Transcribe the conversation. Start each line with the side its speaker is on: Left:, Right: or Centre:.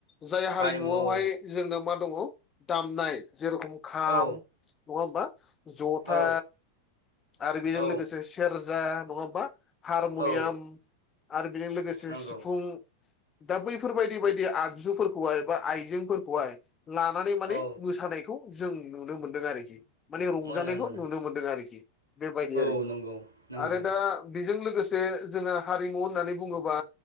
Left: जाय हारिमुआवहाय
Right: हारिमु औ
Left: जोंनाव मा दङ दामनाय जे रखम खाम
Right: औ
Left: नङा होमबा। जथा
Right: औ
Left: आरो बेजों
Right: औ
Left: लोगोसे सेरजा नङा होमबा? हारमुनियाम
Right: औ
Left: आरो बेजों लोगोसे
Right: नंगौ
Left: सिफुं। दा बैफोरबायदि बायदि आगजुफोरखौहाय बा आइजेंफोरखौहाय लानानै माने
Right: औ
Left: मोसानायखौ जों नुनो मोनदों आरोखि। माने रंजानायखौ
Right: मोनो मोनो
Left: नुनो मोनदों आरोखि। बे बायदि
Right: औ
Left: आरोखि।
Right: नंगौ नंगौ
Left: आरो दा बेजों लोगोसे जोङो हारिमु होननानै बुङोबा